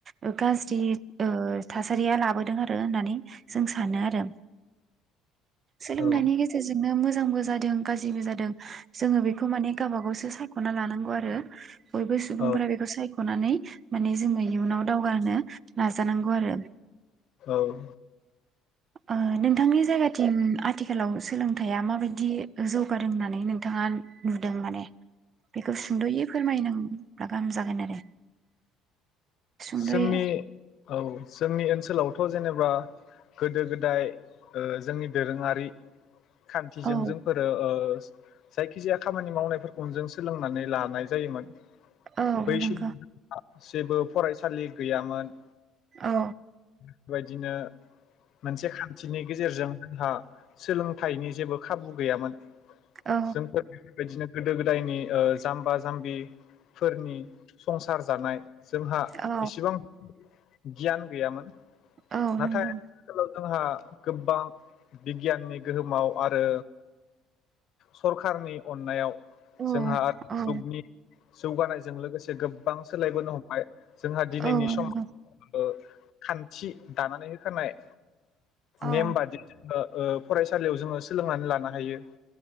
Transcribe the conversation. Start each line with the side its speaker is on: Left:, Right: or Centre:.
Right: ओ गाज्रि ओ थासारिया लाबोदों आरो होननानै जों सानो आरो सोलोंथाइनि
Left: औ
Right: गेजेरजोंनो मोज जांबो जादों गाज्रिबो जादों जोङो बेखौ माने गाबा गावसो सायख'ना लानांगौ आरो बयबो सुबुंफोरा
Left: औ
Right: बेखौ साय ख'नानै माने जोङो इउनाव दावगा होनो‌ नाजानांगौ आरो
Left: औ
Right: ओ नोंथांनि जायगाथिं आथिखालाव सोलोंथाइया माबायदि जौगादों होननानै नोंथाङा नुदों माने बेखौ सुंद'यै फोरमायनां रागाम जागोन आरो सुंद'यै
Left: जोंनि औ जोंनि ओनसोलावथ' जेनेबा गोदो गोदाय ओ जोंनि दोरोङारि खान्थिजों
Right: औ
Left: जोंफोरो ओ जायखिजाया खामानि मावनायफोरखौनो जों सोलोंनानै लानाय जायोमोन
Right: औ
Left: बै
Right: बुनांगौ
Left: समाव जेबो फरायसालि गैयामोन
Right: औ
Left: बेबायदिनो मोनसे खान्थिनि गेजेरजों जोंहा सोलोंथाइनि जेबो खाबु गैयामोन।
Right: औ
Left: जोंफोर बेफोरबायदिनो गोदो गोदायनि ओ जाम्बा जाम्बिफोरनि संसा सार जानाय जोंहा
Right: औ
Left: इसिबां गियान गैयामोन
Right: औ
Left: नाथाय
Right: नंगौ
Left: <unintelligible> जोंहा गोबां बिगियाननि गोहोमाव आरो सरखारनि अननायाव
Right: औ
Left: जोंहा आर
Right: औ
Left: <unintelligible> जौगानायजों लोगोसे गोब गोबां सोलायबोनो हमबाय जोंहा दिनैनि
Right: औ
Left: समाव
Right: नंगौ
Left: ओ खान थि दानानै होखानाय
Right: औ
Left: नेम बादि ओ ओ फरायसालियाव जोङो सोलोंनानै लानो हायो।